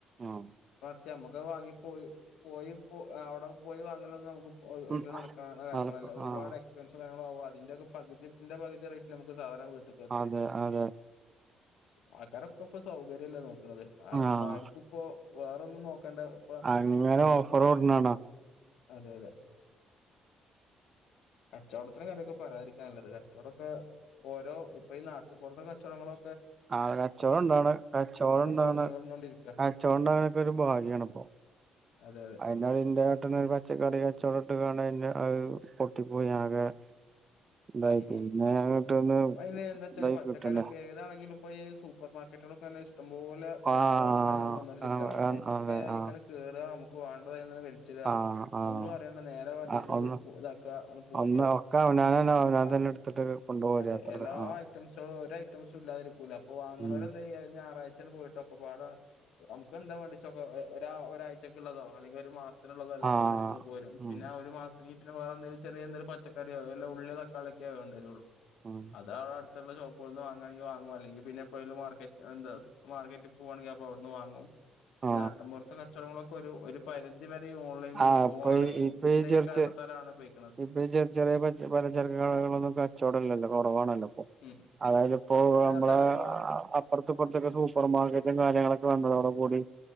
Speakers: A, on the right; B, on the left.
A: ആഹ്
B: ച്ചേ അമ്മക്കഹ് വാങ്ങി പോയി പോയി പോ അവിടെ പോയി വാങ്ങലൊന്ന് നമുക്ക് ഓഹ് ഒരിക്കലും
A: ഉം
B: നടക്കാവുന്ന കാര്യങ്ങളല്ല
A: നടക്കും
B: ഒരുപാട്
A: ആഹ്
B: എക്സ്പെൻസും കാര്യങ്ങളും ആകും അതിന്റെക്കെ പകുതിൻ്റെ പകു ദ റേറ്റിന് നമുക്ക് സാധനം വീട്ട്ക്ക് എത്തും.
A: അതെ അതെ
B: ആൾക്കാരൊക്കെ പ്പം സൗകര്യല്ലേ നോ ക്ണത് ആർക്കും
A: ആഹ്
B: ആരിക്കും പ്പോ വേറൊന്നും നോ കണ്ട പ്പ
A: അങ്ങനെ
B: എന്താ
A: ഓഫർ കൊട്ന്നാണോ
B: അതെ അതെ കച്ചവടത്തിൻ്റെ കാര്യോക്കെ പറയാതിരിക്കാ നല്ലത്. കച്ചോടോക്കെ ഓരോ ഇപ്പൊ ഈ നാട്ടും പൊർത്തെകെ കച്ചോടങ്ങളൊ
A: ആഹ് കച്ചോടോണ്ടോ കച്ചോടം ഇണ്ടാണ്.
B: കുറഞ്ഞു കുറഞ്ഞോണ്ടിരിക്കാ
A: കച്ചോടം ണ്ടാകാനൊക്കെ ഒരു ഭാഗ്യാണിപ്പോ
B: അതെ അതെ
A: അതിൻ്റെ അയിൻ്റെ ട്ടെന്ന് ഒരു പച്ചക്കറി കച്ചവടം ഇട്ട് കാൺനെ ന്നെ അഹ് പൊട്ടി പോയി ആകെ ഇതായി
B: ഉം
A: പിന്നെ
B: ഉം
A: അങ്ങട്ടൊന്ന്
B: അയിനെ എന്താച്ചാല്
A: ഇതായി
B: പച്ചക്കറിയൊക്കെ
A: കിട്ടണ്ടേ
B: ഏതാണെങ്കിലും പ്പോ ഈ സൂപ്പർ മാർക്കറ്റുകളൊക്കെ നല്ല ഇഷ് ടം പോലെ
A: ആഹ്
B: മാളുകളും കാര്യങ്ങളും ഒക്കെ വന്നുകൊണ്ടിരിക്കാണ്.
A: ആഹ്
B: ഓപ്പോ ഒക്കെ
A: അതെ
B: അയിക്കാണ്
A: ആഹ്
B: കേറ അമുക്ക് വേണ്ടത് അയേ നിന്ന് വെ ച്ചിട
A: ആഹ് ആഹ്
B: ഒന്നും അറിയണ്ട നേരെ വണ്ടിക്ക്
A: ആ ഒന്ന്
B: ത് ഉ ഉ ഇതാക്ക അങ് പോരാ
A: ഒന്ന് ഒക്കെ അവനാനന്നെ അവനാൻ
B: ആഹ്
A: തന്നെ എടുത്തിട്ട് കൊണ്ടുപോവല്ലേ
B: അതെ
A: യാത്രത്
B: എല്ലാ
A: ആ
B: ഐറ്റംസുകളും ഒ ഐറ്റംസ് ഇല്ലാതിരിക്കൂല. അപ്പോ വാങ്ങുന്നവരെ
A: ഉം.
B: എന്ത്യ്യ ഒരു ഞായറാഴ് ഴ്ച്ചട് പോയിട്ടോ ഒക്കെപാടെ നമക്കെന്താ വേണ്ടിച്ചോക്കേ ഒ ഒരാ ഒരാഴ്ചക്ക് ള്ളതോ അല്ലെങ്കി ഒരു മാസ് ത്തിനുള്ളതെല്ലാം
A: ആ
B: കൂടി എടുത്ത്ണ് പോര.
A: ഉം
B: പിന്നെ ഒരു മാസത് നി വേറെന്തേലു ചെറിയന്തേലു പച്ചക്കറിയോ വല്ല ഉള്യോ ത ളാക്കേ വേണ്ടരുള്ളൂ
A: ഉം
B: അതടു ത്തുള്ള ഷോപ്പ്കളിൽ വന്ന് വാങ്ങുവാണെങ്കി വാങ്ങും അല്ലെങ്കിൽ പിന്നെ എപ്പോഴെലും മാർക്കറ്റ് എന്താ മാർക്കറ്റിൽ പോവാണെങ്കി അപ്പോ അവിടുന്ന് വാങ്ങും
A: ആ
B: ഈ നാട്ടിൻപുറത്തെ കച്ചോടങ്ങളൊക്കെ ഒരു പരിധി രിധിവരെ ഓൺലൈൻ
A: ആ ഇപ്പൊ
B: ഓൺലൈൻന്റെ
A: ഈ ഇപ്പൊ ചെറിയ
B: ഈ കാരണത്താലാണ്
A: ചെ
B: പോയി
A: ഇപ്പൊ ചെറി ചെറിയ പലചരക്ക് കടകളൊന്നും കച്ചോടമില്ലല്ലോ കുറവാണല്ലോ
B: ഉം
A: അതായത് ഇപ്പോ
B: കാരണത്താലിപ്പോ
A: നമ്മള അപ്പറത്തും ഇപ്പറത്തൊക്കെ സൂപ്പർ മാർക്കറ്റും കാര്യങ്ങളൊക് വന്നതോട് കൂടി